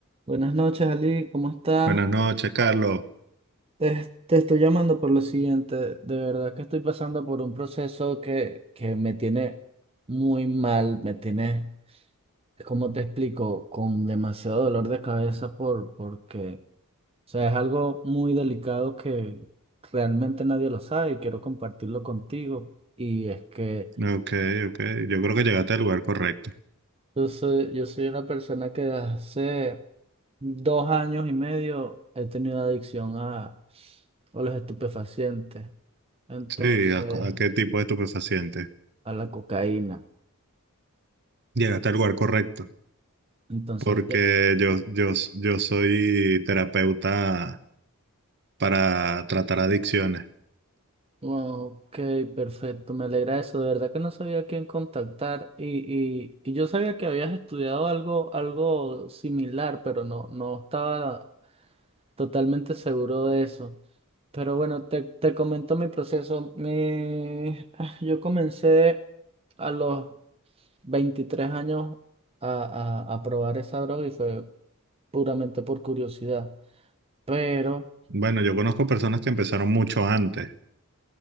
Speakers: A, on the right (about 25°); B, on the right (about 50°).
A: Buenas noches, Ali, ¿cómo estás?
B: Buenas noches, Carlos.
A: Es- Te estoy llamando por lo siguiente. De verdad que estoy pasando por un proceso que, que me tiene muy mal, me tiene, como te explico, con demasiado dolor de cabeza por, porque, o sea, es algo muy delicado que realmente nadie lo sabe y quiero compartirlo contigo. Y es que
B: Ok, ok. Yo creo que llegaste al lugar correcto.
A: Yo soy, yo soy una persona que hace dos años y medio he tenido adicción a, a los estupefacientes, entonces
B: Sí, ¿a, cu- a qué tipo de estupefaciente?
A: a la cocaína.
B: Llegaste al lugar correcto,
A: Entonces,
B: porque
A: de-
B: yo, yo, yo soy terapeuta para tratar adicciones.
A: ok, perfecto, me alegra eso. De verdad que no sabía a quién contactar y, y, y yo sabía que habías estudiado algo, algo similar, pero no, no estaba totalmente seguro de eso. Pero bueno, te, te comento mi proceso. Mi- ah, Yo comencé a los 23 años a, a, a probar esa droga y fue puramente por curiosidad. Pero,
B: Bueno, yo conozco personas que empezaron mucho antes